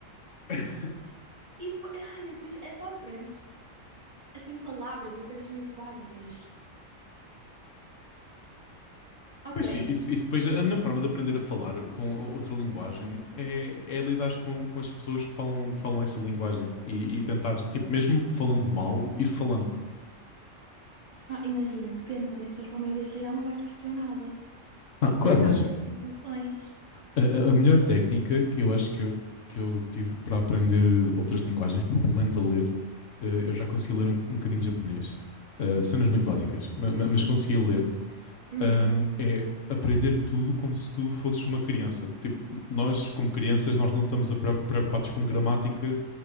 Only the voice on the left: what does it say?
<laughs>
Pois sim, isso, isso depois a melhor forma de aprender a falar com outra linguagem é, é lidar com, com as pessoas que falam, que falam essa linguagem e, e tentar, tipo, mesmo falando mal, ir falando.
Ah, claro,
mas
a, a- a melhor técnica que eu acho que eu, que eu tive para aprender outras linguagens, pelo pelo menos a ler, eh, eu já consegui ler um, um bocadinho de japonês, eh, cenas muito básicas, ma- ma- mas conseguia ler,
ahm, é aprender tudo como se tu fosses uma criança. Tipo, nós, como crianças, nós não estamos a preocu- preocupados com gramática